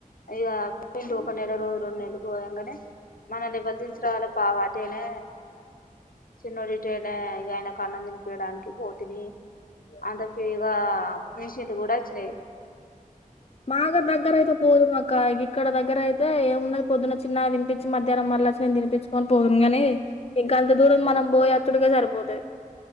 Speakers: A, on the left; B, on the left.
A: ఇ ఒక నెల రోజు రెండు నెల పోయానే మనల్ని బర్ధించ రాాల బవాదేనే చిన్నోడిటనే ఆయనకు ఆనందినిపయడానికి భతిని అంత పగా మిషన్లు కూడా వచ్చినాయి
B: మాగ దగ్గర అయిత పోదు మగా ఇ ఇక్కడ దగ్గర అయితే ఏమున్నది పొద్దున్న చిన్న తిపించి మధ్యాహ్నం మరళ వచ్చి నే తినిపించుకొని పోద్దునుగాని ఇంకాంత దూరం మనం పోయి అతుడుగా సరిపోతుది